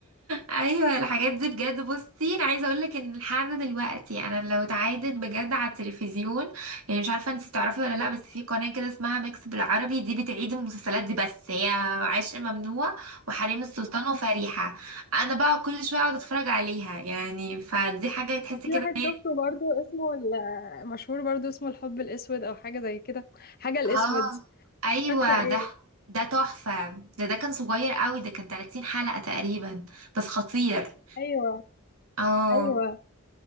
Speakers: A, on the right; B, on the left.
A: ايوه الحاجات دي بجد بصي انا عايزه اقول لك ان لحد دلوقتي انا لو اتعادت بجد على التلفزيون يعني مش عارفه انت تعرفي ولا لا بس في قناه كده اسمها ميكس بالعربي دي بتعيد المسلسلات دي بس هي عشق ممنوع وحريم السلطان وفريحه انا بقى كل شويه اقعد اتفرج عليها يعني فدي حاجه تحسي
B: وفي
A: كده
B: واحد
A: إن هي-
B: شفته برضو اسمه ال- مشهور برضو اسمه الحب الأسود أو حاجة زي كده حاجة الأسود
A: اه ايوه
B: مش فاكرة ايه
A: ده ده تحفه ده ده كان صغير قوي ده كان 30 حلقه تقريبا بس خطير
B: أيوة
A: اه
B: أيوة